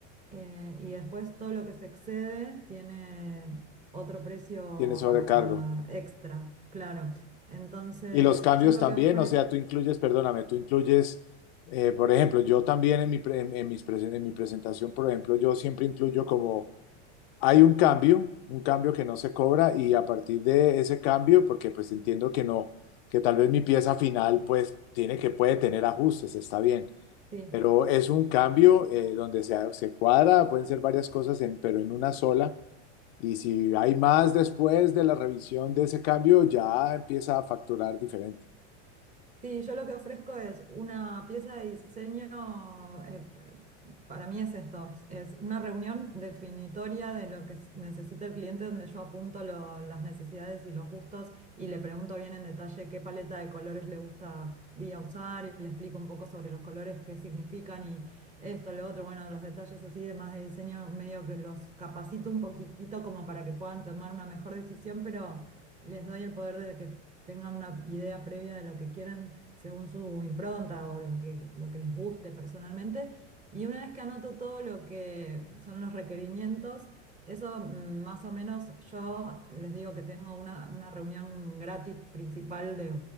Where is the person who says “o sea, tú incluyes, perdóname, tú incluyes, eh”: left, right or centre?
Left